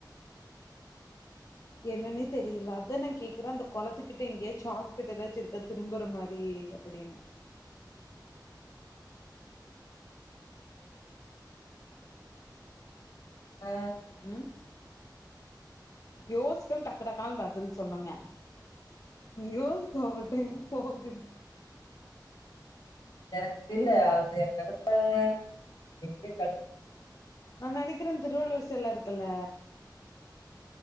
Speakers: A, on the left; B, on the left.
A: என்னன்னே தெரியல அதா நா கேக்குற அந்த கொளத்துக்கிட்ட எங்கயாச் சாட்கட் எதாச்சு இருக்கா‌ திரும்பற மாரி அப்டின்னு
B: ஆ
A: ம் யோசிக்காம டக்கு டக்கால்னு பதில் சொல்லுங்க யோசிக் கோப்பட்டே போங்குது
B: எனக்கு தெரியல அவ்ள <inaudible> எங்க கட்
A: நா நெனைக்கிறே திருவள்ளூர் செல இருக்குல்ல